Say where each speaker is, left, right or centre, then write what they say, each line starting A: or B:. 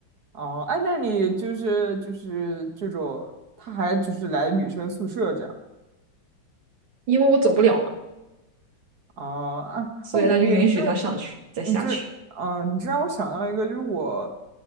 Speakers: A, on the right; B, on the right.
A: 哦，哎，那你就是就是这种，他还就是来女生宿舍这样。
B: 因为我走不了嘛，
A: 哦啊哦，
B: 所以他就允许他上去再下去。
A: 我你这你这嗯、呃你这让我想到一个，就是我